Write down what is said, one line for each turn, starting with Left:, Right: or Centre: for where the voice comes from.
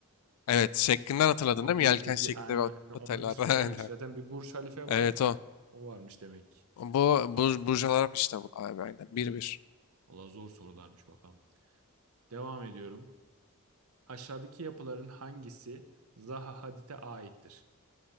Left: Evet, şeklinden hatırladın
Right: O
Left: değil mi?
Right: di,
Left: Yelken
Right: di,
Left: şeklinde
Right: di- aynen
Left: bir
Right: öyle. Onun
Left: oteller.
Right: ismi
Left: <laughs> Aynen.
Right: olmuş. Zaten bir Bursa Halife var
Left: Evet
Right: bir de
Left: o.
Right: o varmış demek. ki.
Left: Bu bu Burj Al Arab işte bu abi aynen. Bir bir.
Right: Valla zor sorularmış bakalım. Devam ediyorum. Aşağıdaki yapıların hangisi Zaha Hadid'e aittir?